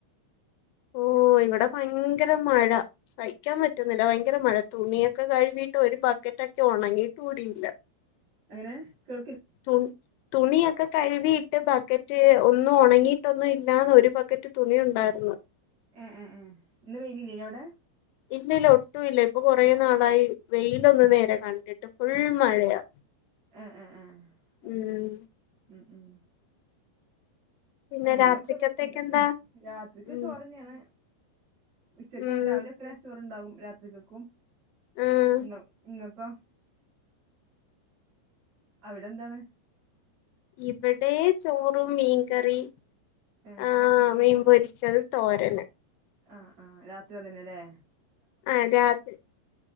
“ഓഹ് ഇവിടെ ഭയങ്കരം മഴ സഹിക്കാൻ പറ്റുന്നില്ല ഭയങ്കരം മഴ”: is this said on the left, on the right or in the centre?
Left